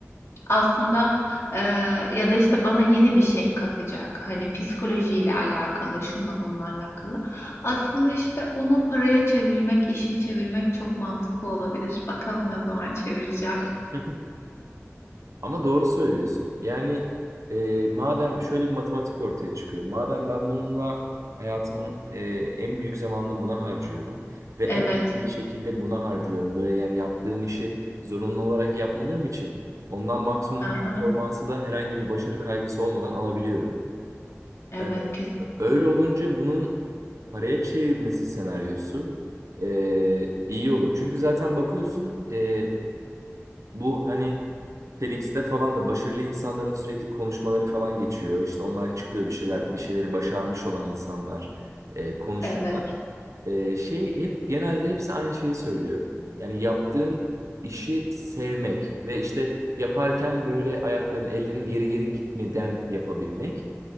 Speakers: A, on the left; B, on the right.
A: aslında e, ya da işte bana yeni bir şey katacak. Hani psikolojiyle alakalı, şunla bununla alakalı. Aslında işte onu paraya çevirmek, işe çevirmek çok mantıklı olabilir. Bakalım ne zaman çevireceğim. <laughs>
B: <laughs> Ama doğru söylüyorsun. Yani e, madem şöyle bir matematik ortaya çıkıyor. Madem ben bununla hayatımın e, en büyük zamanını buna harcıyorum ve en
A: Evet.
B: etkili şekilde buna harcıyorum. Böyle yani yaptığım işi zorunlu olarak yapmadığım için ondan maksimum
A: Aha.
B: performansı da herhangi bir başarı kaygısı olmadan alabiliyorum.
A: Evet,
B: E,
A: kesinlikle.
B: Öyle olunca bunun paraya çevrilmesi senaryosu e, iyi olur. Çünkü zaten bakıyorsun e, bu hani TEDx'te falan da başarılı insanların sürekli konuşmaları falan geçiyor. İşte onlar çıkıyor bir şeyler, bir şeyleri başarmış olan insanlar e, konuşuyorlar.
A: Evet.
B: E, şey hep genelde hepsi aynı şeyi söylüyor. Yani yaptığın işi sevmek ve işte yaparken böyle ayakların, ellerin geri geri gitmeden yapabilmek.